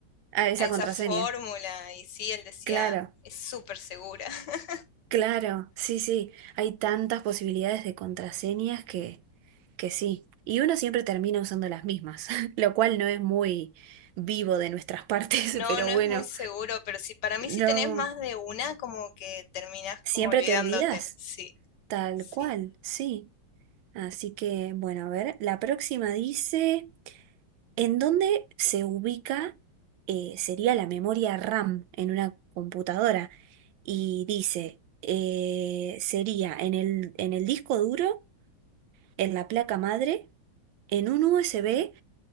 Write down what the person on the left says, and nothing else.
a esa
fórmula. Y sí, él decía,
es súper segura. <laughs>
No,
no es
muy seguro, pero sí, para mí si
tenés más de una, como que terminás como
olvidándote.
Sí,
sí.